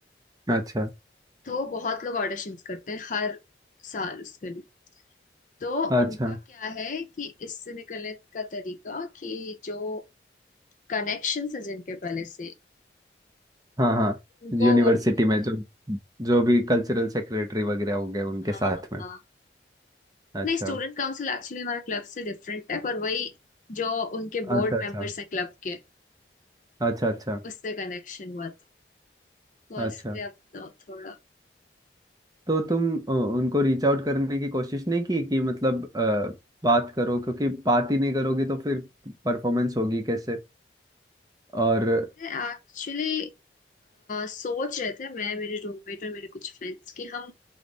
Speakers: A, on the right (about 20°); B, on the left (about 45°).
A: अच्छा
B: तो बहुत लोग ऑडिशंस करते हैं हर साल उसके लिए तो
A: अच्छा
B: उनका क्या है कि इससे निकलने का तरीका कि जो कनेक्शंस है जिनके पहले से
A: हाँ हाँ
B: उनको
A: यूनिवर्सिटी
B: वो ले लेते
A: में
B: हैं
A: जो जो भी कल्चरल सेक्रेटरी वगैरह हो गए उनके
B: हाँ
A: साथ में
B: हाँ
A: अच्छा
B: नहीं स्टूडेंट काउंसिल एक्चुअली हमारे क्लब से डिफरेंट है पर वही जो उनके बोर्ड
A: अच्छा अच्छा
B: मेंबर्स हैं क्लब के
A: अच्छा अच्छा
B: उससे कनेक्शन हुआ था तो
A: अच्छा
B: इसलिए अब तो थोड़ा
A: तो तुम अ, उनको रीच आउट करने की कोशिश नहीं की कि मतलब अ, बात करो क्योंकि बात ही नहीं करोगी तो फिर परफॉर्मेंस होगी कैसे और
B: एक्चुअली सोच रहे थे मैं मेरे रूममेट और मेरे कुछ फ्रेंड्स कि हम